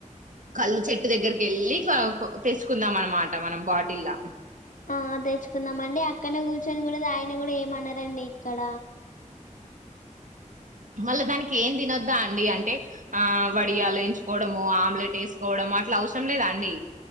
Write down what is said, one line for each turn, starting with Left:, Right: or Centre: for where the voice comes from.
Right: కళ్ళు చెట్టు దగ్గరికి వెళ్ళి తెచ్చుకుందాం అన్నమాట మనం బాటిల్లా
Left: ఆ తెచ్చుకుందామ అండి అక్కడే కూర్చొని కూడా తాగినా కూడా ఏమనారంండి ఇక్కడ
Right: వాళ్ళ దానికి ఏం తినొద్దా అండి అంటే ఆ వడియాలు వేయించుకోవడము ఆమ్లెట్ వేసుకోవడం మాట్ల అవసరం లేదా అండి